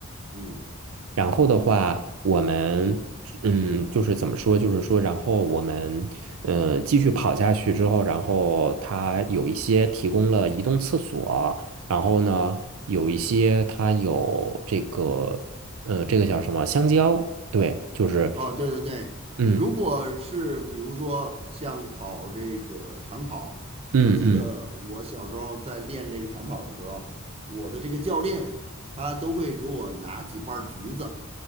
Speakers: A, on the right (about 25°); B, on the right (about 70°).
A: 嗯。
B: 然后的话，我们嗯，就是怎么说，就是说，然后我们嗯、呃继续跑下去之后，然后它有一些提供了移动厕所，然后呢，有一些它有这个呃，这个叫什么香蕉？对，就是
A: 哦，对对对，
B: 嗯
A: 如果是比如说像跑这个长跑，
B: 嗯嗯
A: 我记得我小时候在练这个长跑的时候，我的这个教练他都会给我拿几瓣儿橘子，